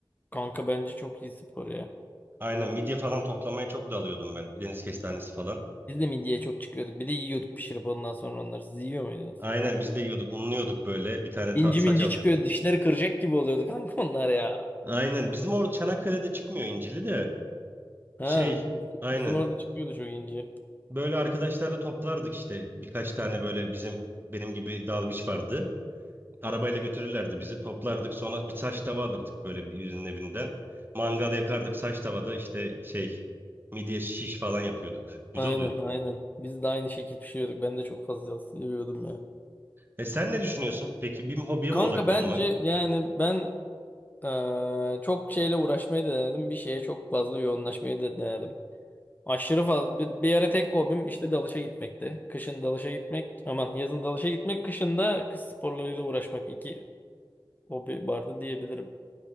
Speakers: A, on the left; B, on the right.
A: Kanka bence çok iyi spor ya.
B: Aynen midye falan toplamaya çok dalıyordum ben. Deniz kestanesi falan.
A: Biz de midyeye çok çıkıyorduk. Bir de yiyorduk pişirip ondan sonra onları. Siz yiyor muydunuz?
B: Aynen biz de yiyorduk, unluyorduk böyle. Bir tane
A: İnci
B: ta- saç
A: minci
B: alıyorduk.
A: çıkıyor. Dişleri kıracak gibi oluyordu kanka onlar ya.
B: Aynen bizim orada Çanakkale'de çıkmıyor incili de.
A: Ha.
B: Şey aynen
A: Bizim orada çıkıyordu çok inci.
B: böyle arkadaşlarla toplardık işte. Birkaç tane böyle bizim benim gibi dalgıç vardı. Arabayla götürürlerdi bizi. Toplardık. Sonra bir saç tava alırdık böyle birinin evinden. Mangal yakardık saç tavada işte şey midye şiş falan yapıyorduk. Güzel
A: Aynen
B: oluyordu.
A: aynen. Biz de aynı şekil pişiriyorduk. Ben de çok fazla seviyordum ya.
B: E sen ne düşünüyorsun? Peki bir hobiye
A: Kanka
B: mi odaklanmak?
A: bence yani ben eee, çok şeyle uğraşmayı da denedim. Bir şeye çok fazla yoğunlaşmayı da denedim. Aşırı fazla. Bir, bir ara tek hobim işte dalışa gitmekti. Kışın dalışa gitmek. Aman yazın dalışa gitmek. Kışın da kış sporlarıyla uğraşmak. iki hobi vardı diyebilirim.